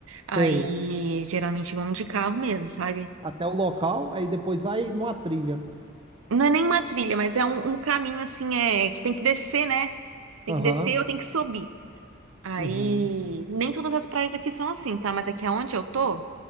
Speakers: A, on the right; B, on the right.
A: sei.
B: Aí, geralmente, vamos de carro mesmo, sabe?
A: Até o local, aí depois vai numa trilha.
B: Não é nem uma trilha, mas é um, um caminho, assim, é... Que tem que descer, né? Tem
A: Aham,
B: que descer ou tem que subir. Aí,
A: uhum,
B: nem todas as praias aqui são assim, tá? Mas aqui aonde eu tô...